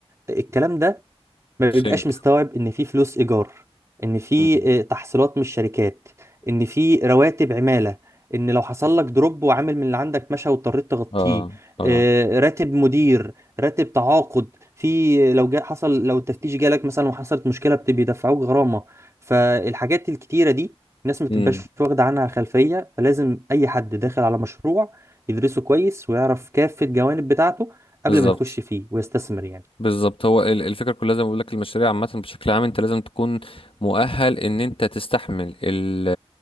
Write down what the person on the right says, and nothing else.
الكلام ده ما
بيبقاش مستوعب ان في فلوس ايجار ان في
آه، تحصيلات من الشركات ان في رواتب عماله ان لو حصل لك دروب وعامل من اللي عندك مشى واضطريت تغطيه
آه، راتب مدير راتب تعاقد في لو جا حصل لو التفتيش جالك مثلا وحصلت مشكله بت- بيدفعوك غرامه فالحاجات الكتيره دي الناس ما
تبقاش واخده عنها خلفيه فلازم اي حد داخل على مشروع يدرسه كويس ويعرف كافه الجوانب بتاعته قبل
ما يخش فيه ويستثمر يعني